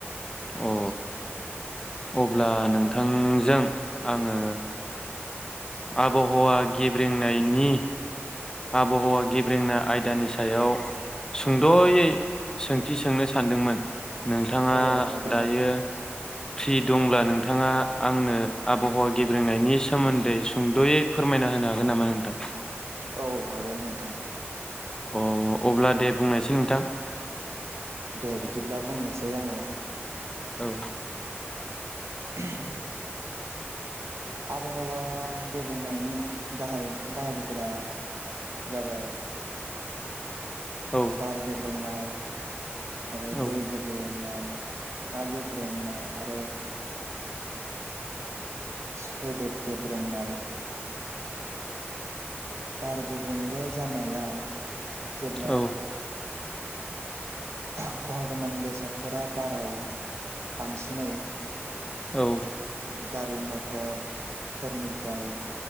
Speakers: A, on the left; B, on the right.
A: अ अब्ला नोंथांजों आङो। आबहावा गेब्रेंनायनि‌ आबहावा गेब्रेंना आयदानि सायाव सुंदयै सोंथि सोंनो सानदोंमोन। नोंथाङा
B: औ हागोन
A: दायो
B: नोंथां
A: फ्रि दंब्ला नोंथाङा आंनो आबहावा गेब्रेंनायनि सोमोन्दै सुंदयै फोरमायना होनो हागोन नामा नोंथां?
B: औ हागोन नोंथां।
A: अ अब्ला दे बुंनायसै नोंथां।
B: दे बिदिब्ला बुंनोसै आङो।
A: औ
B: <inaudible> आबहावा गेब्रेंनायनि गाहाय बाहागोफोरा जाबाय।
A: औ
B: बार गेब्रेंनाय <inaudible> आरो
A: औ
B: दै गेब्रेंनाय हा गेब्रेंनाय आरो सोदोब गेब्रेंनाय बार गुबुंले जानाया जेब्ला
A: औ
B: खहा गोनां बेसादफोरा बाराव बांसिनै
A: औ
B: गारि मथरफोरनिफ्राय